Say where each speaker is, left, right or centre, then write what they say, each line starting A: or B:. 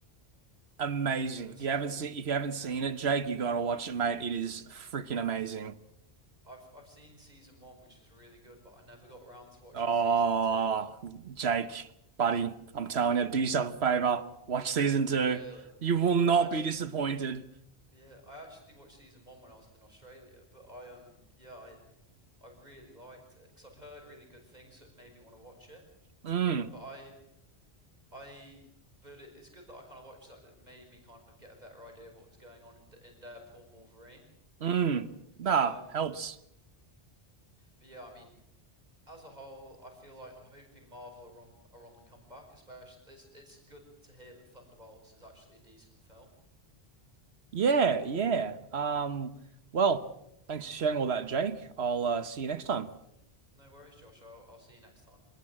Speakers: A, on the right; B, on the right.
A: Amazing.
B: the
A: If
B: series?
A: you haven't seen if you haven't
B: Yeah,
A: seen it, Jake, you gotta watch it, mate. It is freaking amazing.
B: I've I've seen season one which was really good, but I never got around to watching
A: Oh,
B: season two.
A: Jake, buddy, I'm telling you, do yourself a favor. Watch season two.
B: Really,
A: You will not
B: I actually
A: be disappointed.
B: Yeah, I actually watched season one when I was in Australia, but I um yeah I I really liked it because I'd heard really good things, so it made me want to watch it.
A: Mm,
B: But I I but it, it's good that I kind of watched that. 'cause It made me kind of get a better idea of what was going on in D- in Deadpool and Wolverine.
A: mm. Nah,
B: But um
A: helps.
B: but yeah, I mean as a whole, I feel like I'm hoping Marvel are on are on the comeback. Especially it's it's good to hear that Thunderbolts is actually a decent film.
A: Yeah, yeah. Um, well, thanks for sharing all that, Jake. I'll uh, see you next time.
B: No worries, Josh. I'll I'll see you next time.